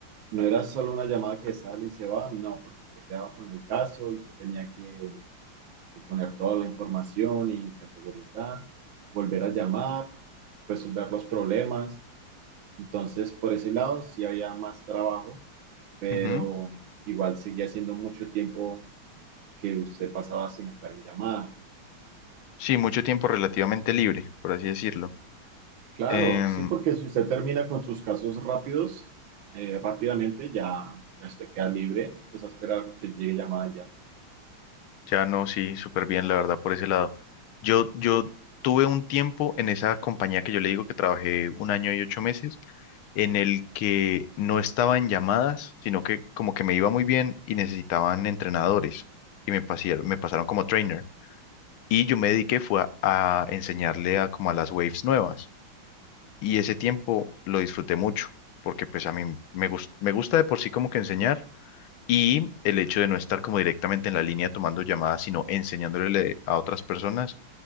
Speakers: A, on the right; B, on the left.
A: no era solo una llamada que sale y se va, no, porque usted quedaba con el caso y usted tenía que, que poner toda la información y categorizar, volver a llamar, resolver los problemas. Entonces, por ese lado sí había más trabajo, pero
B: ujú.
A: igual seguía siendo mucho tiempo que usted pasaba sin estar en llamada.
B: Sí, mucho tiempo relativamente libre, por así decirlo.
A: Claro,
B: Em,
A: sí, porque si usted termina con sus casos rápidos, eh, rápidamente ya, ya usted queda libre, pues a esperar que llegue llamada y ya.
B: Ya no, sí, súper bien, la verdad, por ese lado. Yo, yo tuve un tiempo en esa compañía que yo le digo que trabajé un año y ocho meses, en el que no estaba en llamadas, sino que como que me iba muy bien y necesitaban entrenadores y me pasaron, me pasaron como trainer. Y yo me dediqué fue a, a enseñarle a como a las waves nuevas. Y ese tiempo lo disfruté mucho, porque pues a mí me, gus- me gusta de por sí como que enseñar y el hecho de no estar como directamente en la línea tomando llamadas, sino enseñándole a otras personas,